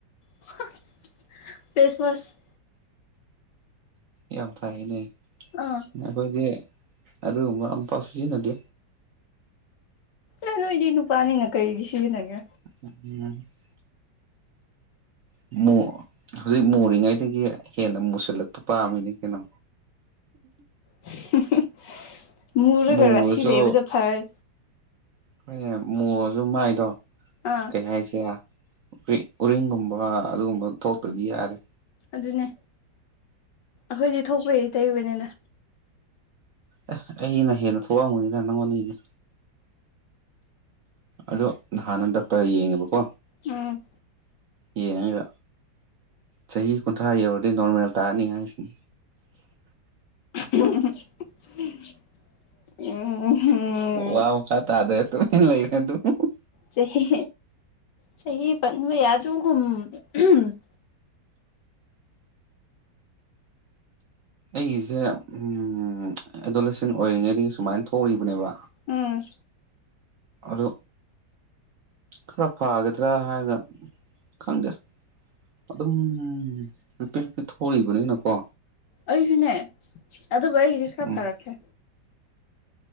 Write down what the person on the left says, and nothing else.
<unintelligible> ꯐꯦꯁꯋꯥꯁ
ꯑꯥ
ꯑꯦ ꯅꯣꯏꯗꯤ ꯅꯨꯄꯥꯅꯤꯅ ꯀꯔꯤꯒꯤ ꯁꯤꯖꯤꯟꯅꯒꯦ
<unintelligible> ꯃꯨꯔꯒ
ꯔꯁꯤ ꯂꯩꯕꯗꯨ ꯐꯔ
ꯑꯥ
ꯑꯗꯨꯅꯦ ꯑꯈꯣꯏꯗꯤ ꯊꯣꯛꯄꯩ ꯇꯩꯕꯅꯤꯗ
ꯎꯝ
<unintelligible>
ꯆꯍꯤ ꯆꯍꯤ ꯄꯟꯕ ꯌꯥꯗꯨꯒꯨꯝ <unintelligible>
ꯎꯝ
ꯑꯩꯖꯨꯅꯦ ꯑꯗꯨꯕꯨ ꯑꯩꯒꯤꯗꯤ ꯈꯔ
ꯐꯔꯛꯈ꯭ꯔꯦ